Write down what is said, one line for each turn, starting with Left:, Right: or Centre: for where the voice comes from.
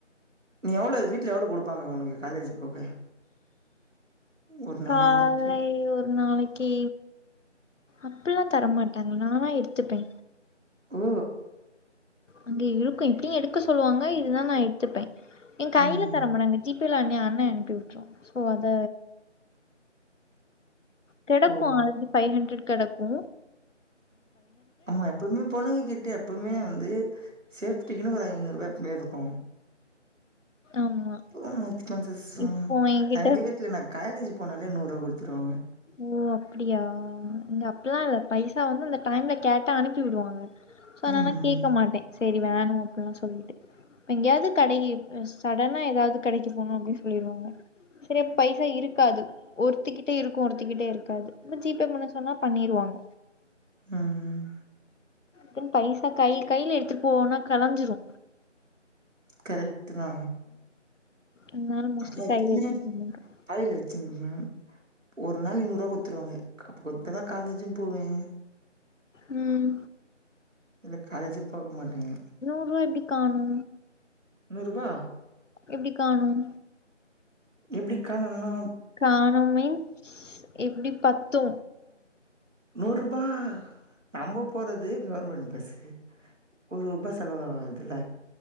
Right: நீ எவ்ளோ வீட்டுல எவ்ளோ குடுப்பாங்க உனக்கு காலேஜ் போக ஒரு
Left: காலே
Right: நாளைக்கு
Left: ஒரு நாளிக் கி அப்பில்லா தரமாட்டாங்க நானா எடுத்துப்பே
Right: ஓ
Left: அங்க இருக்கு எப்புடியு எடுக்க சொல்லுவாங்க இல்லனா நா எடுத்துப்பே என் கையில
Right: ம்
Left: தர மாட்டாங்க ஜி பேல அனு ஏயா அண்ணை அனுப்பிவுட்ருவாங்க சோ அத
Right: <inaudible>
Left: கெடக்கு
Right: ஓ
Left: அது ஃபைவ் ஹண்ட்ரட் கெடக்கு
Right: ஆமா எப்பவுமே பொண்ணுங்க கிட்ட எப்பவுமே வந்து சேஃப்டிக்குனு ஒரு ஐநூறு வே எப்புமே இருக்கு
Left: ஆமா
Right: போம்மோது எடுத்துட்டு வந்து சும்மா
Left: இப்போ என்கிட்ட
Right: எங்க வீட்டுல நா காய்லேஜ் போனாலே நூறு ரூவா குடுத்துருவாங்க
Left: ஓ அப்டியா இங்க அப்பிட்லா இல்ல பைசா வந்து அந்த டைம்ல கேட்ட அனுப்பி விடுவாங்க சோ அதுனால
Right: ம்,
Left: நா கேட்க மாட்டே செரி வேணா அப்பில்லா சொல்லிட்டு எங்கியாது கடைகி சடனா எதாது கடைக்கு போணு அப்டின்னு சொல்லிருவாங்க செரியா பைசா இருக்காது ஒருத்திக்கிட்ட இருக் கொடுத்திகிட்டே இருக்காது இந்த ஜி பே பண்ண சொன்னா பண்ணிருவாங்க
Right: ம்ம்
Left: தென் பைசா கை கையில எடுத்துட்டு போனா கலஞ்சிரு
Right: கரெக்ட்டு தா
Left: அதனால மோஸ்ட்லி
Right: ஐயா
Left: கையில
Right: டேய்லி
Left: எடுத்துட்டு போக மாட்டோம்.
Right: கைல வெச்சினுகிறே ஒரு நாளிக் நூர்ரூவா குடுத்துருவாங்க அப்ப குத்தா தா காலேஜின்னு போவே
Left: ம்
Right: இல்ல காலேஜே போகமாட்டிங்க
Left: நூர் ரூவா எப்டி காணு
Right: நூர் ரூபா
Left: எப்டி காணும்
Right: எப்டி காணுன்னா
Left: காணோ மீன்ஸ் எப்டி பத்து
Right: நூர் ரூபா நம்ம போறது கவர்மெண்ட் பஸ்ஸு ஒரு ரூபா செலவாவாதுல